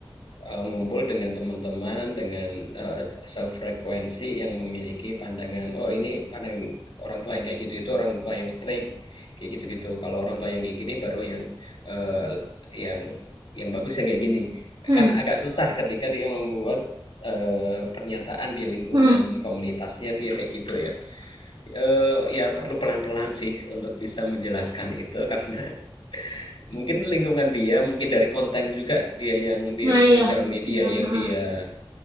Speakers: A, on the left (about 85°); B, on the right (about 80°).
A: eh, ngumpul dengan teman-teman dengan eh, sefrekuensi yang memiliki pandangan oh ini pandangan orang tua yang kayak gitu itu orang tua yang strict kayak gitu-gitu. Kalau orang tua yang kayak gini baru yang eh, yang yang bagus yang kayak gini.
B: hmm,
A: Kan agak susah ketika dia membuat eh, pernyataan di lingkungan
B: hmm.
A: komunitasnya dia kayak gitu ya. Eee, ya perlu pelan-pelan sih untuk bisa menjelaskan itu karena <laughs> mungkin lingkungan dia, mungkin dari konten juga dia yang dia
B: nah
A: sosial
B: iya
A: media
B: Hmm,
A: yang
B: hmm.
A: dia